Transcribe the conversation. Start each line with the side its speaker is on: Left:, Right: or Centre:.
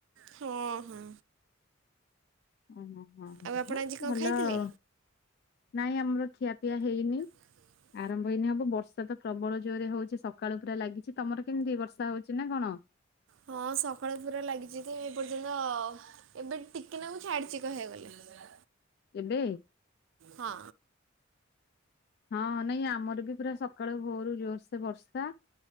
Right: ହଁ ହଁ
Left: ଓ ହୋ ହୋ
Right: ଆଉ ଆପଣ ଆଜି କଣ
Left: ଭଲ
Right: ଖାଇଥିଲେ?
Left: ଆ ନାଇଁ ଆମର ଖିଆପିଆ ହେଇନି
Right: <inaudible>
Left: ଆରମ୍ଭ ହେଇନି ହବ, ବର୍ଷା ତ ପ୍ରବଳ ଜୋରରେ ହଉଛି ସକାଳୁ ପୁରା ଲାଗିଛି ତମର କେମିତି ବର୍ଷା ହଉଛି ନା କଣ?
Right: ହଁ ସକାଳେ ପୁରା ଲାଗିଛି ଯେ ଏପର୍ଯ୍ୟନ୍ତ ତ ଏବେ ଟିକେ ନାଗୁ ଛାଡିଛି କହିବାକୁ ଗଲେ
Left: ଏବେ।
Right: ହଁ।
Left: ହଁ ନାଇଁ ଆମର ବି ପୁରା ସକାଳୁ ଭୋରୁ ଜୋର୍ ସେ ବର୍ଷା।